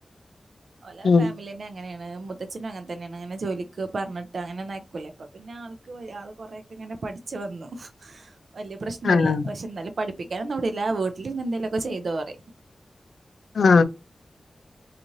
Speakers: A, on the right; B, on the left.
A: ഓല
B: ഉം
A: ഫാമിലിന്നെ അങ്ങനെയാണ് മുത്തച്ഛനും അങ്ങന തന്നെയാണ് അങ്ങനെ ജോലിക്ക് പറഞ്ഞിട്ട് അങ്ങനെന്നും അയക്കുല ഇ പ്പ പിന്നെ ആൾക്ക് ആൾ കുറെക്കെ ഇങ്ങനെ പഠിച്ചു വന്നു വലിയ പ്രശ്നല്ല
B: ആഹ്
A: പക്ഷെ എന്നാലും പഠിപ്പിക്കാനൊന്നും വിടൂല വീട്ടിലിരുന്നു എന്തേലുമൊക്കെ ചെയ്തോപറയും
B: ആ